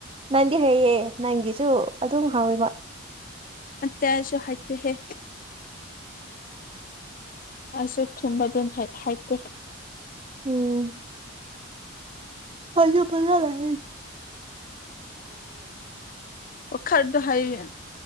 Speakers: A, on the right (about 25°); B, on the left (about 40°).
A: ꯅꯪꯗꯤ ꯍꯩꯑ ꯅꯪꯒꯤꯁꯨ ꯑꯗꯨꯝ ꯍꯥꯎꯋꯦꯕ
B: ꯑꯠꯇ ꯆ ꯍꯥꯏꯗ ꯍ ꯑꯩꯁꯨꯦ ꯊꯨꯝꯕꯗꯨꯅ ꯍꯥꯏꯇꯦ
A: ꯎꯝ ꯑꯁꯨꯣ ꯄꯖ ꯂꯁꯦ
B: ꯋꯥꯈꯔꯗꯣ ꯍꯥꯏꯌꯦ